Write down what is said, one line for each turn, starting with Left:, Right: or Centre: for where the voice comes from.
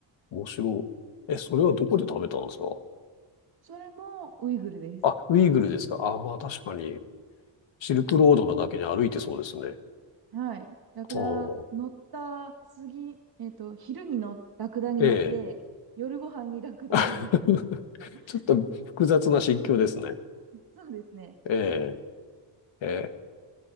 Left: 面白い。え、それはどこで食べたんですか
Right: それもウイグルです。
Left: あ、ウイグルですかあ、まあ確かに、シルクロードなだけに歩いてそうですね。
Right: はい。ラクダ乗った次、
Left: あー
Right: えっと、昼にのラクダに乗って、
Left: ええ。
Right: 夜ご飯にラクダの肉。
Left: <laughs>
Right: <laughs>
Left: ちょっと複雑な心境ですね。
Right: そうですね。
Left: ええ、え